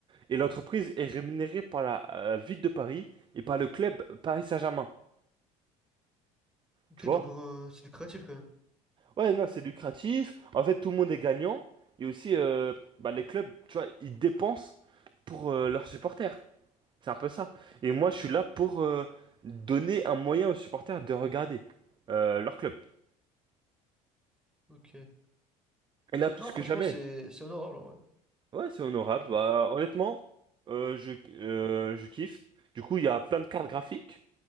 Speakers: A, on the right; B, in the centre.
A: Et l'entreprise est rémunérée par la euh, ville de Paris et par le club Paris Saint-Germain.
B: Ok,
A: Tu vois?
B: donc euh, c'est lucratif quand même.
A: Ouais, non, c'est lucratif. En fait, tout le monde est gagnant. Et aussi, euh, bah, les clubs, tu vois, ils dépensent pour euh, leurs supporters. C'est un peu ça. Et moi, je suis là pour euh, donner un moyen aux supporters de regarder euh, leur club.
B: Ok.
A: Et là, plus
B: Non, franchement,
A: que jamais.
B: c'est c'est honorable, en vrai.
A: Ouais, c'est honorable. Bah, honnêtement, euh, je, euh, je kiffe. Du coup, il y a plein de cartes graphiques.